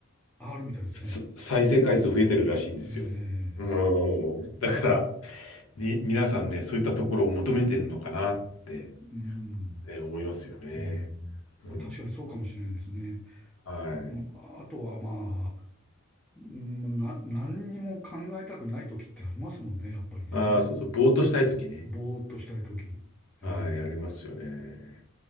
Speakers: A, in the centre; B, on the left (about 75°).
A: R みたいですね。
B: す再生回数増えてるらしいんですよ。
A: ええ
B: うーん。だから、み、皆さんね、そういったところを求めてんのかなって、
A: うん、
B: えー思いますよね。
A: うん。
B: うん。
A: まあ確かにそうかもしれないですね。
B: はい。
A: あ、あとはまあ、な、何にも考えたくない時ってありますもんね、やっぱりね。
B: ああ、そうそう、ぼーっとしたいときね。
A: ぼーっとしたい時。え
B: はい、ありますよね。
A: え